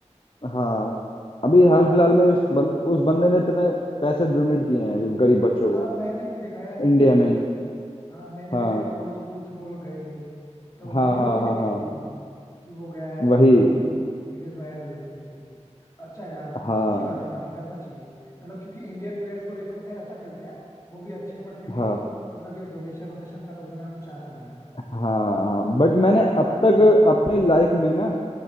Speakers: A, on the left (about 45°); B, on the left (about 25°).
A: हाँ अभी
B: वैसे
A: हाल
B: काफी
A: फिलहाल में
B: अच्छी
A: उस बंद उस बंदे ने इतने पैसे डोनेट किए हैं अभी गरीब बच्चों
B: हाँ
A: को
B: मैंने भी देखा यार इंडिया
A: इंडिया
B: में
A: में
B: ही
A: ही
B: हाँ मैंने
A: हाँ
B: भी देखा वो स्कूल्स में वो लोग गए थे तो
A: हाँ
B: वीडियोस
A: हाँ
B: मैंने
A: हाँ
B: देखी
A: हाँ
B: थी इनकी कि वो गया है
A: वही
B: और काफी वीडियोस वायरल हुई थी मैंने देखी थी अच्छा यार
A: हाँ
B: अच्छी बात है काफी करना चाहिए मतलब क्योंकि इंडियन प्लेयर्स को देखो तो खैर अच्छा खेलते हैं वो भी अच्छे हैं बट फिर भी
A: हाँ
B: मतलब ये डोनेशन वोनेशन का तो उतना कुछ आता नहीं है इनका
A: हाँ
B: जबकि
A: बट
B: इनको
A: मैंने
B: भी थोड़ा
A: अब तक
B: इनिशिएटिव
A: अपनी
B: लेना चाहिए
A: लाइफ में ना